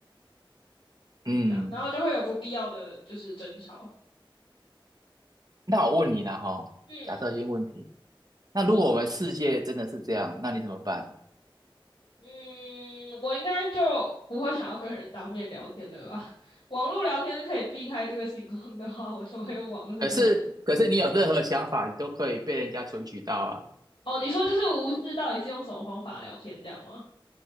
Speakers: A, on the right; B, on the left.
A: 嗯，
B: 然然后就会有不必要的就是争吵。
A: 那我问你了哈，
B: 嗯
A: 假设性问题，那如果我们世界真的是这样，那你怎么办？
B: 嗯，我应该就不会想要跟人当面聊天了吧？<laughs> 网络聊天可以避开这个情况的话，我就会用网络聊天。
A: 可是，可是你有任何想法，你都可以被人家存取到啊。
B: 哦，你说就是无视到底是用什么方法聊天这样吗？